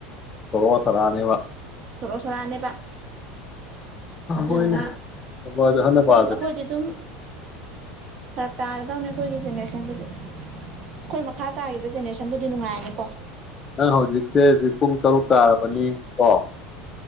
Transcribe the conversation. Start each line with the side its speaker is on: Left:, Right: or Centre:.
Left: ꯁꯣꯔꯣ ꯁꯔꯥꯅꯦꯕ
Right: ꯆꯂ ꯆꯣꯔ ꯑꯅꯦꯕ ꯑꯗꯨꯗꯨꯅ
Left: ꯍꯣꯏꯅꯦ ꯈꯕꯔꯁꯦ ꯑꯍꯟꯅ
Right: ꯑꯩꯈꯣꯏ
Left: ꯄꯥꯔꯗꯤ
Right: ꯑꯩꯈꯣꯏꯗꯤ ꯑꯗꯨꯝ ꯈꯔꯞ ꯇꯥꯔꯗꯧꯅꯦ ꯑꯩꯈꯣꯏꯒꯤ ꯖꯦꯅꯦꯔꯦꯁꯟꯗꯨꯗꯤ ꯑꯩꯈꯣꯏ ꯃꯈꯥ ꯇꯥꯈꯤꯕ ꯖꯦꯅꯦꯔꯦꯁꯟꯕꯨ ꯑꯗꯨ ꯅꯨꯡꯉꯥꯏꯔꯅꯤꯀꯣ
Left: ꯅꯪ ꯍꯧꯖꯤꯛꯁꯦ ꯍꯧꯖꯤꯛ ꯄꯨꯡ ꯇꯔꯨꯛ ꯇꯥꯔꯕꯅꯤ ꯀꯣ